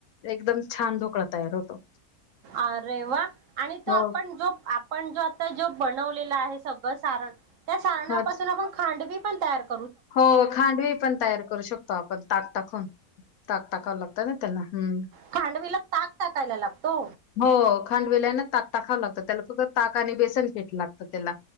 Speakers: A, on the left; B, on the right.
A: एकदम छान, ढोकळा तयार होतो.
B: अरेवा आणि, तो
A: हो
B: आपण जो, आपण जो आता जो बनवलेला आहे, सगळं सारण त्या सारणापासून
A: हा
B: आपण खांडवी पण तयार करत
A: हो खांडवी पण, तयार करू शकतो. त आपण ताक टाकवून ताक टाकाव, लागतय ना त्यांना हम्,
B: खांडवीला ताक, टाकायला लागतो?
A: हो खांडविलाय ना ताक टाकाावं लागतं त्याला, फक्त ताक आणि बेसन पेट लागतं त्याला,